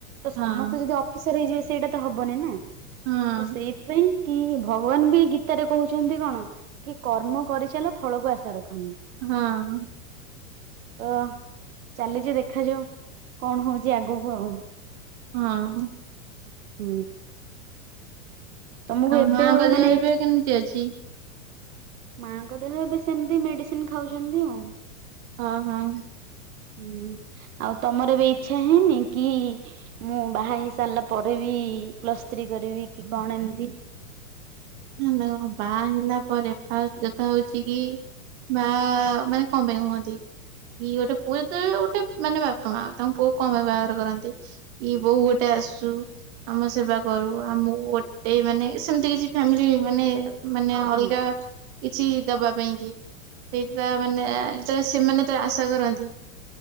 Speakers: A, on the right; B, on the right.
A: ତ ସମସ୍ତେ
B: ହଁ
A: ଯଦି ଅଫିସର ହେଇଯିବେ ସେଇଟା ତ ହବନି ନା। ତ
B: ହଁ।
A: ସେଇଥିପାଇଁ। କି ଭଗବାନ ବି ଗୀତାରେ କହୁଛନ୍ତି କଣ କି କର୍ମ କରିଚାଲ ଫଳକୁ ଆଶା ରଖନି।
B: ହଁ।
A: ଏଆ ଚାଲିଛି ଦେଖାଯାଉ କଣ ହଉଛି ଆଗକୁ ଆଉ।
B: ହଁ।
A: ହୁଁ। ତମକୁ
B: ଆଉ
A: ଏବେ
B: ମାଆଙ୍କ ଦେହ
A: ମାନେ
B: ଏବେ କେମିତି ଅଛି?
A: ମାଆଙ୍କ ଦେହ ଏବେ ସେମତି ମେଡିସିନ ଖାଉଛନ୍ତି ଆଉ।
B: ହଁ ହଁ।
A: ହୁଁ ଆଉ ତମର ବି ଇଛା ହେଇନି କି ମୁଁ ବାହା ହେଇ ସାରିଲା ପରେ ବି ପ୍ଲସ ଥ୍ରୀ କରିବି କି କଣ ଏମିତି।
B: ଦେଖନ୍ତୁ ବାହା ହେଲା ପରେ ଫାଷ୍ଟ କଥା ହଉଚ କି। ବାଆ ମାନେ କଣ ପାଇଁ ହୁଅନ୍ତି? କି ଗୋଟେ ପୁଅ କି ଜେ ଗୋଟେ ମାନେ ବାପା ମା ତାଙ୍କୁ ପୁଅକୁ କଁ ପାଇଁ ବାହାଘର କରନ୍ତି? କି ବୋହୁ ଗୋଟେ ଆସୁ ଆମ ସେବା କରୁ ଆମକୁ ଗୋଟେ ମାନେ ସେମତି କିଛି। ଫ୍ୟାମିଲି ମାନେ ମାନେ
A: ହଁ
B: ଅଲଗା
A: ହଁ
B: କିଛି ଦବା ପାଇଁ କି ସେଇଟା ମାନେ ଯେତେବେଳେ ସେମାନେ ଯେତେବେଳେ ଆଶା କରନ୍ତି।